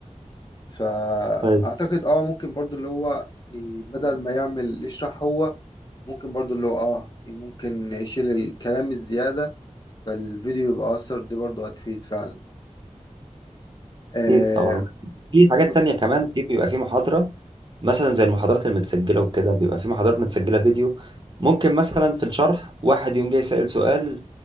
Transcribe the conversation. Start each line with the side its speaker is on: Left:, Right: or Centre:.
Left: فأعتقد
Right: فاهم.
Left: اه ممكن برضو اللي هو ي- بدل ما يعمل يشرح هو ممكن برضو اللي هو اه ممكن يشيل الكلام الزيادة فالفيديو يبقى أثر دي برضو هتفيد فعلا مم. آه
Right: اكيد طبعا في حاجات
Left: و...
Right: تانية كمان في بيبقى في محاضرة مثلا زي المحاضرات المتسجلة وكده بيبقى في محاضرات متسجلة فيديو ممكن مثلا في الشرح واحد يوم جاي سأل سؤال